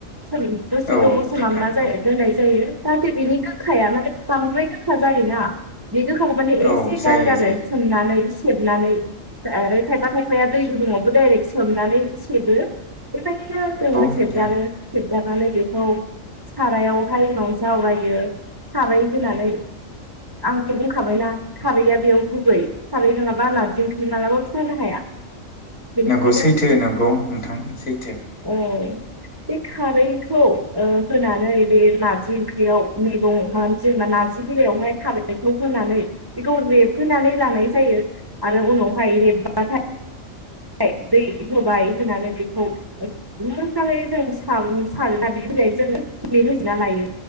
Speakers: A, on the right; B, on the left.
A: सोम दसे
B: औ
A: गोबाव सोमामना
B: नोंथां
A: दोननाय
B: औ
A: जायो। जाहाथे बिनि गोखाया माने बांद्राय गोखा जायोना बे गोखाखौ माने एसे
B: औ जायो
A: गारगारो
B: जायो
A: सोमनानै सेबनानै आरो खायफा खाय फाया दै गुदुङावबो डाइरेक्ट सोमनानै सेबो बेबाय दिनो
B: नंगौ
A: जोङो सेबगारो
B: नोंथां
A: सेब लानानै बेखौ सारायावहाय उनाव जावरायदो खारै होनानै आंथ' बुंखाबायना खारैया बेयाव गुबै खारै नङाबा नारजि ओंख्रि मालाबाबो जानो हाया। बेनिखायनो
B: नंगौ सैथो नंगौ नोंथां सैथो।
A: औ बे खारैखौ ओ होनानै बे नार्जि ओंख्रियाव मैगं जेनेबा नार्जि बिलायावहाय खारैखौ होनानै बेखौ रेबहोनानै लानाय जायो आरो उनावहाय रेबबाथाय थाय दै होबाय होनानै बेखौ मोजाङै जों सागं सारना बे बिलाइ जों थुलि होजना लायो